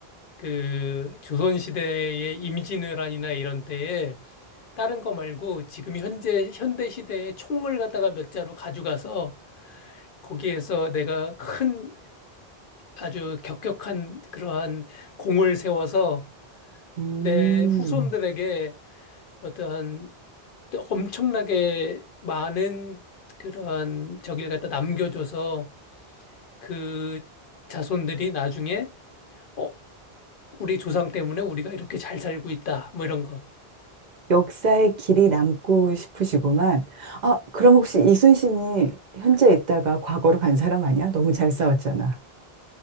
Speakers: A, on the left; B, on the right.
A: 그 조선시대의 임진왜란이나 이런 때에 다른 거 말고 지금 현재 현대시대의 총을 갖다가 몇 자루 가져가서 거기에서 내가 큰 아주 격격한 그러한 공을 세워서
B: 음.
A: 내 후손들에게 어떠한 또 엄청나게 많은 그런 저기를 갖다 남겨줘서 그 자손들이 나중에 어, 우리 조상 때문에 우리가 이렇게 잘 살고 있다. 뭐 이런 거.
B: 역사의 길이 남고 싶으시구만. 아, 그럼 혹시 이순신이 현재 있다가 과거로 간 사람 아니야? 너무 잘 싸웠잖아.